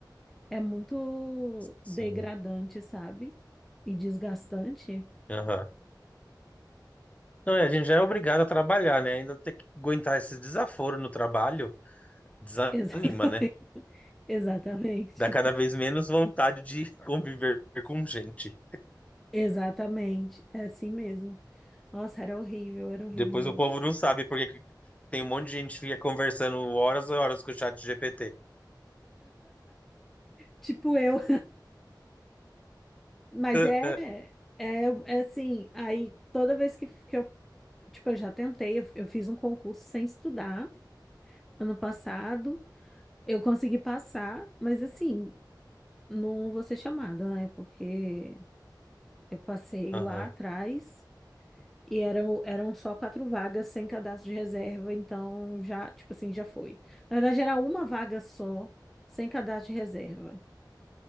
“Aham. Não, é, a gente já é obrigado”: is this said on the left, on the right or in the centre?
Left